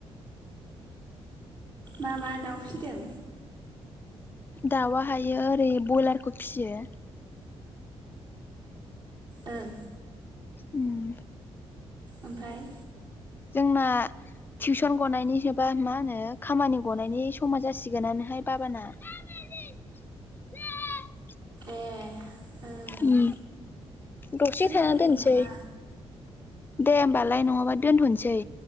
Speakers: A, on the right (about 40°); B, on the left (about 20°).
A: मा मा दाउ फिदों?
B: दाउआ हायो ओरै बयलारखौ फियो।
A: ओं।
B: उम।
A: ओमफाय
B: जोंना टिउसन गनायनि एबा मा होनो खामानि गनायनि समा जासिगोनानोहाय बाबाना। <unintelligible>
A: ए ओं
B: ओम दसे
A: सोरबा
B: थाना
A: फैदों
B: दोनसै।
A: नामा?
B: दे होमबालाय नङाबा दोनथसै।